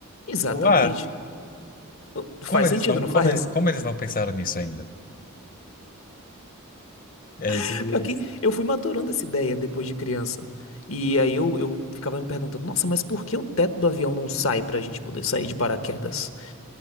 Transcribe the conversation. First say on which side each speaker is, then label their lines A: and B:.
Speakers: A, on the left; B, on the left.
A: exatamente.
B: pro ar.
A: Não- Faz
B: Como eles
A: sentido,
B: não,
A: não
B: como,
A: faz?
B: e- como eles não pensaram nisso ainda? É,
A: <laughs>
B: esse-
A: Pior que
B: esse-
A: eu fui maturando essa ideia depois de criança. E aí eu, eu ficava me perguntando, nossa, mas por que o teto do avião não sai pra gente poder sair de paraquedas?